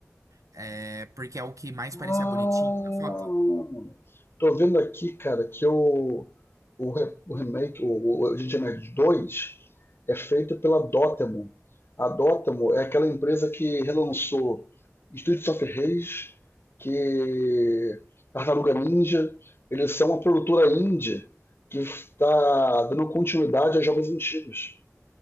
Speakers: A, on the right; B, on the left.
A: É, porque é o que mais
B: Ah,
A: parecia bonitinho na foto.
B: tô vendo aqui, cara, que o, o, re- o remake, o, o G G Nerd 2 é feito pela Dotemu. A Dotemu é aquela empresa que relançou Streets of Rage, que Tartaruga Ninja. Eles são uma produtora indie que está dando continuidade a jogos antigos.